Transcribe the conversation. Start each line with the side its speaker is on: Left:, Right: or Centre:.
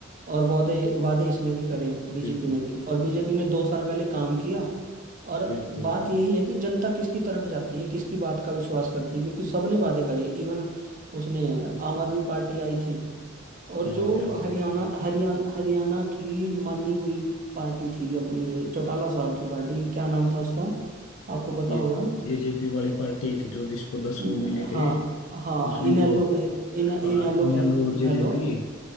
Right: और वादे वादे इसने भी करे हैं बीजेपी
Left: बिल्कुल
Right: ने भी और बीजेपी ने दो साल पहले काम किया और
Left: बिल्कुल
Right: बात यही है कि जनता किसकी तरफ जाती है किसकी बात का विश्वास करती है क्योंकि सबने वादे करे इवन उसने आम आदमी पार्टी आई थी और
Left: हाँ
Right: जो
Left: बिल्कुल
Right: हरियाणा हरियाणा हरियाणा की मानी हुई पार्टी थी अपनी ये चौटाला साहब की पार्टी क्या नाम था उसका आपको पता
Left: ये
Right: होगा
Left: जेजेपी वाली पार्टी थी जो जिसको दस
Right: न-
Left: वो मिले थे
Right: हाँ हाँ
Left: उसने
Right: इनेलो
Left: तो
Right: कहे इन
Left: हाँ
Right: इनेलो
Left: इनेलो
Right: कह
Left: और
Right: इनेलो
Left: जेजेपी